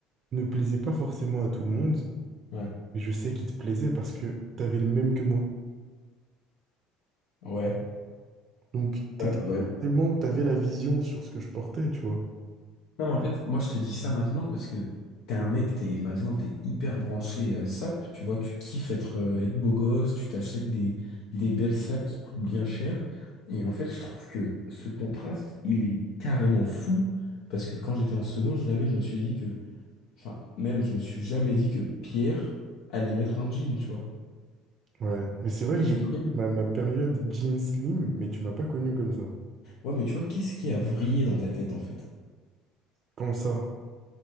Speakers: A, on the right (about 45°); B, on the left (about 75°).
A: ne plaisait pas forcément à tout le monde,
B: Ouais.
A: mais je sais qu'il te plaisait parce que t'avais le même que moi.
B: Ouais.
A: Donc, t'étais
B: Ouais, ouais. ouais.
A: forcément, t'avais la vision sur ce que je portais, tu vois.
B: Non, mais en fait, moi, je te dis ça maintenant parce que t'es un mec, t'es, maintenant, t'es hyper branché euh, sap. Tu vois, tu kiffes être, euh, être beau gosse, tu t'achètes des, des belles sapes qui coûtent bien cher. Et en fait, je trouve que ce contraste, il est carrément fou parce que quand j'étais en seconde, jamais je me suis dit que, enfin, même, je me suis jamais dit que Pierre allait mettre un jean, tu vois.
A: Ouais, mais c'est vrai
B: Qu'est-ce
A: que j'ai aussi
B: qui...
A: ma, ma période Jim Slim, mais tu m'as pas connu comme ça.
B: Ouais, mais tu vois, qu'est-ce qui a vrillé dans ta tête, en fait?
A: Comme ça.